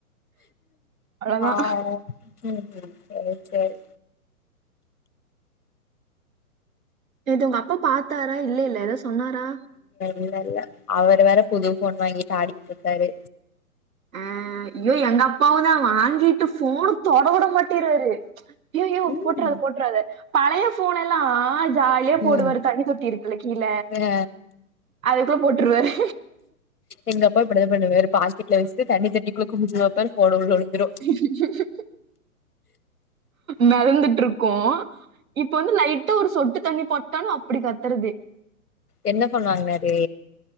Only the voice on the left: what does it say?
ஆ ம் சேர் சேரி
இல்லெல்ல அவர் வேற புது ஃபோன் வாங்கிட்டு ஆடிகிட்ருக்காரு
ம்
ம்
ஆ
எங்கப்பா இப்டிதா பண்ணுவாரு பாக்கெட்ல வச்சுட்டு தண்ணி தொட்டிக்குள்ள குனுஞ்சு பாப்பாரு ஃபோன உள்ள வுழுந்துரு
என்ன ஃபோன் வாங்னாரு